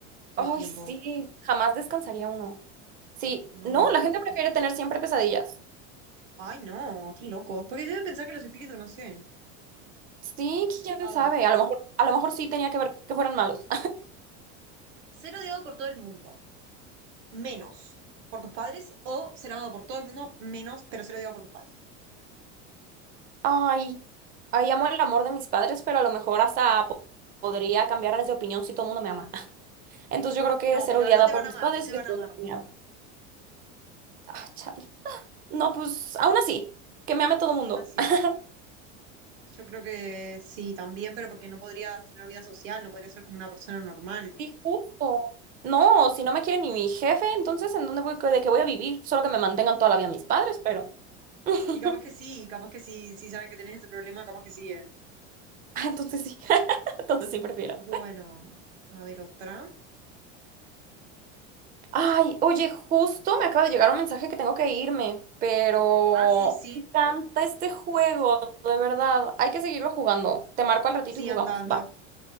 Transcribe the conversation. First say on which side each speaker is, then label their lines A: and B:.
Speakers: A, on the right; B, on the right.
A: todo
B: Ay,
A: el tiempo.
B: sí, jamás descansaría uno. Sí,
A: No,
B: no,
A: no.
B: la
A: horrible.
B: gente prefiere tener siempre pesadillas.
A: Ay, no, qué locos. Porque deben pensar que los espíritus, no sé.
B: Sí, quién
A: A
B: sabe,
A: ver,
B: a lo mejor, a lo mejor sí tenía que ver que fueran malos.
A: ser odiado por todo el mundo, menos por tus padres, o ser amado por todo el mundo, menos, pero ser odiado por tus padres.
B: Ay, ay, amo el amor de mis padres, pero a lo mejor hasta po- podría cambiarles de opinión si todo el mundo me ama. <laughs> Entonces yo creo que
A: No,
B: ser
A: pero
B: odiada
A: no te
B: por
A: van
B: mis
A: a amar,
B: padres
A: no te
B: y que
A: van
B: todo
A: a amar,
B: el mundo me ama. Ah, chale. No, pues aún así, que me ame todo el mundo.
A: aún así.
B: <laughs>
A: Yo creo que sí, también, pero porque no podrías tener vida social, no podrías ser como una persona normal.
B: Sí, justo. No, si no me quiere ni mi jefe, entonces ¿en dónde voy, de qué voy a vivir? Solo que me mantengan toda la vida mis padres, pero... <laughs>
A: Y capaz que sí, capaz que sí, sí saben que tenés ese problema, capaz que sí, eh.
B: Ah, entonces sí, <laughs> entonces sí prefiero.
A: Bueno, a ver otra.
B: Ay, oye, justo me acaba de llegar un mensaje que tengo que irme, pero
A: Ah, sí, sí,
B: me encanta este juego, de verdad. Hay que seguirlo jugando. Te marco al ratito
A: sí,
B: y jugamos,
A: anda, anda.
B: ¿va?